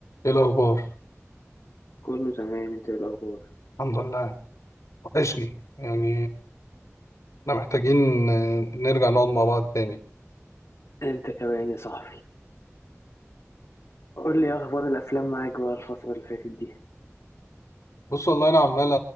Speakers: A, on the left; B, on the left.
A: ايه الاخبار
B: كله تمام انت ايه الاخبار
A: الحمد لله وحشني يعني احنا محتاجين نرجع نقعد مع بعض تاني
B: انت كمان يا صاحبي قول لي إيه اخبار الافلام معاك بقى الفتره اللي فاتت دي
A: بص والله انا عمال